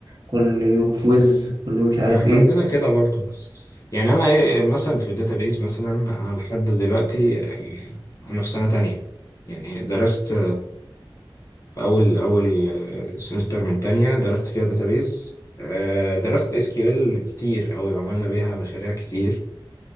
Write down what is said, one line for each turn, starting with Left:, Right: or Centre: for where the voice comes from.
Right: كل يوم كويز كل يوم مش عارف
Left: ما احنا
Right: ايه
Left: عندنا كده برضو يعني انا إيه- مثلا في الداتابيز مثلا انا لحد دلوقتي آه، انا في سنة تانية يعني درست في اول اول سمستر من تانية درست فيها داتابيز آه، درست اس كيو ال كتير قوي وعملنا بيها مشاريع كتير